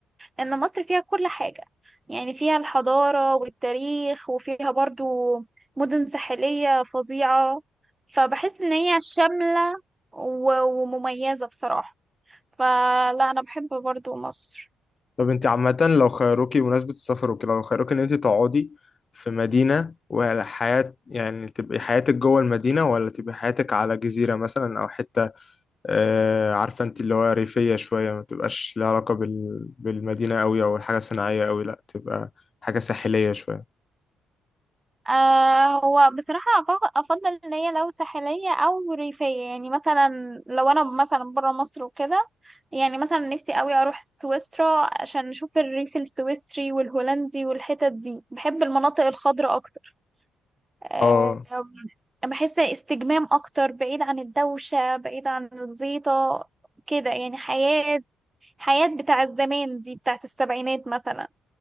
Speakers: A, on the right; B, on the left.
A: ان مصر فيها كل حاجه يعني فيها الحضاره والتاريخ وفيها برضو مدن ساحليه فظيعه فبحس ان هي شامله و- ومميزه بصراحه فلا انا بحب برضو مصر
B: طب انت عامة لو خيروكي بمناسبة السفر وكده لو خيروكي ان انت تقعدي في مدينة وحياة يعني تبقي حياتك جوه المدينة ولا تبقي حياتك على جزيرة مثلا او حتة آه عارفة انت اللي هو ريفية شوية ما تبقاش لها علاقة بال... بالمدينة قوي او حاجة صناعية قوي لا تبقى حاجة ساحلية شوية
A: آه هو بصراحة أف- أفضل إن هي لو ساحلية أو ريفية يعني مثلا لو أنا مثلا برا مصر وكده يعني مثلا نفسي أوي أروح سويسرا عشان نشوف الريف السويسري والهولندي والحتت دي بحب المناطق الخضراء أكتر آه
B: اه
A: بحس استجمام أكتر بعيد عن الدوشة بعيد عن الزيطة كده يعني حياة حياة بتاع الزمان دي بتاعت السبعينات مثلا